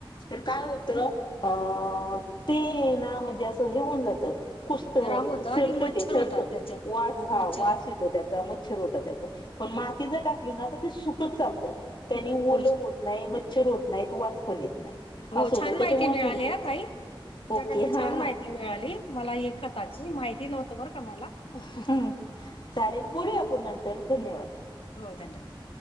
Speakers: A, on the left (about 55°); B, on the left (about 75°).
A: तर काय होतं अ ते ना म्हणजे असं हे होऊन जातं कुसतं
B: खराब
A: म्हणजे
B: होतं
A: सडतं
B: आणि मच्छर
A: ते सडतं
B: होतात त्याच्यात
A: वास
B: हो
A: हा
B: मच्छर
A: वास येतो त्या चा. मच्छर होता त्याचं, पण माती
B: हो
A: जर टाकली ना तर ते सुकत चालतं त्यानी ओलं
B: हो हो
A: होत नाहीत, मच्छर होत नाहीत, वास पण येत नाही
B: हो
A: असं
B: छान
A: होतं त्याच्यामुळे
B: माहिती मिळाली
A: थोडी
B: आ ताई. तुमच्याकडनं
A: ओके हा
B: छान
A: हा
B: माहिती मिळाली, मला एक खताची माहिती नव्हतं बरं का मला.
A: हम्म. चालेल बोलूया आपूण नंतर धन्यवाद.
B: हो धन्यवाद!